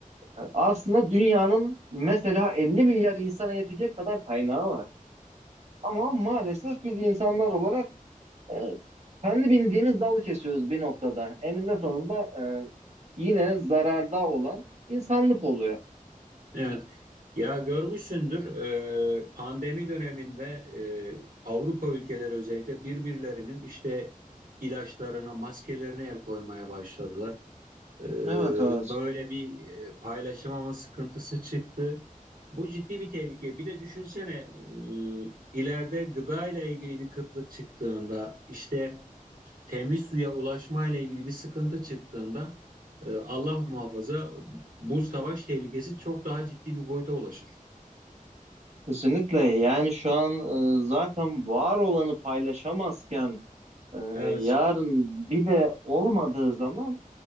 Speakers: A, on the right; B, on the right.
A: e, Aslında dünyanın mesela 50 milyar insana yetecek kadar kaynağı var. Ama maalesef biz insanlar olarak e, kendi bildiğimiz dalı kesiyoruz bir noktada. Eninde sonunda e, yine zararda olan insanlık oluyor.
B: Evet. Ya görmüşsündür e, pandemi döneminde e, Avrupa ülkeleri özellikle birbirlerinin işte ilaçlarına, maskelerine el koymaya başladılar. Ee,
A: Evet evet.
B: böyle bir e, paylaşamama sıkıntısı çıktı. Bu ciddi bir tehlike. Bir de düşünsene e, ileride gıda ile ilgili bir kıtlık çıktığında işte temiz suya ulaşma ile ilgili bir sıkıntı çıktığında e, Allah muhafaza bu savaş tehlikesi çok daha ciddi bir boyuta ulaşır.
A: Kesinlikle yani şu an e, zaten var olanı paylaşamazken Ee,
B: Evet,
A: yarın bir de olmadığı zaman